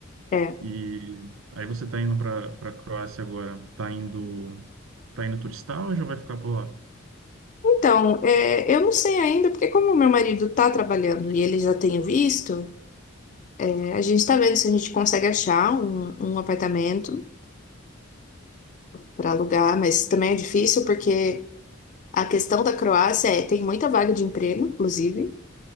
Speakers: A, on the left; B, on the right.
A: é.
B: E aí você tá indo para para Croácia agora, tá indo tá indo turistar ou já vai ficar por lá?
A: Então, é, eu não sei ainda, porque como meu marido está trabalhando e ele já tem o visto, é, a gente está vendo se a gente consegue achar um, um apartamento para alugar, mas também é difícil porque a questão da Croácia é, tem muita vaga de emprego, inclusive,